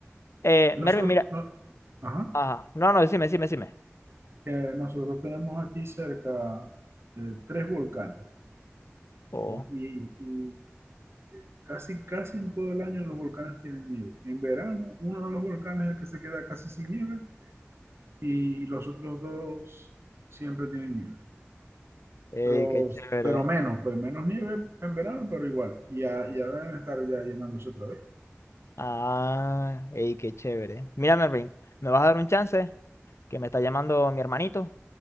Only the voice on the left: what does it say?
Eh,
Mervin, mira.
Ajá. No, no, decime, decime, decime.
Oh,
ey,
qué chévere.
Ah, ey, qué chévere. Mira, Mervin, me vas a dar un chance que me está llamando mi hermanito